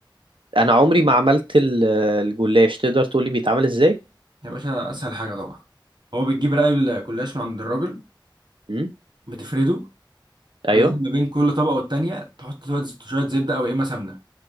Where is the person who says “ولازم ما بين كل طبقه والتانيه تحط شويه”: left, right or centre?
Right